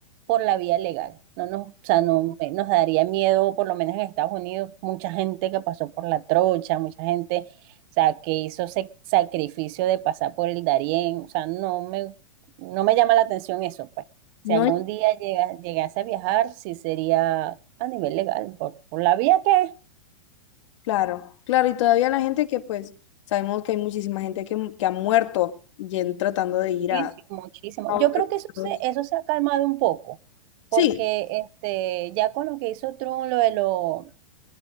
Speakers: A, on the right; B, on the left.
A: por la vía legal. No nos, o sea, no me- nos daría miedo, por lo menos en Estados Unidos, mucha gente que pasó por la trocha, mucha gente, o sea, que hizo ese sacrificio de pasar por el Darién. O sea, no me, no me llama la atención eso, pues. Si
B: No,
A: algún día llega- llegase a viajar, sí sería a nivel legal, por, por la vía que es.
B: Claro, claro, y todavía la gente que pues sabemos que hay muchísima gente que, mu- que ha muerto y en- tratando de ir
A: Sí,
B: a,
A: sí, muchísimo.
B: a otros
A: Yo creo que eso
B: estados.
A: se, eso se ha calmado un poco,
B: Sí,
A: porque este, ya con lo que hizo Trump, lo de lo, o